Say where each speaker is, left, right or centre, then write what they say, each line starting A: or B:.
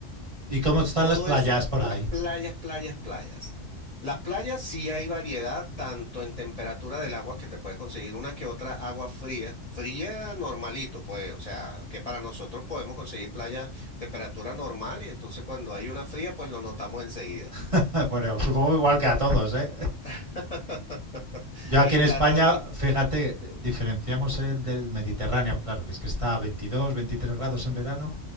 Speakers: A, on the right; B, on the left.
A: ¿Y cómo están
B: Todo
A: las playas
B: eso es
A: por
B: puras
A: ahí?
B: playas, playas, playas. Las playas sí hay variedad, tanto en temperatura del agua que te puedes conseguir una que otra agua fría, fría normalito, pues, o sea, que para nosotros podemos conseguir playas temperatura normal y entonces cuando hay una fría, pues lo notamos enseguida.
A: <laughs> Bueno, supongo igual que a todos, ¿eh?
B: <laughs>
A: Yo aquí
B: Está
A: en España,
B: también,
A: fíjate, eh, diferenciamos el del Mediterráneo, claro, que es que está a 22, 23 grados en verano,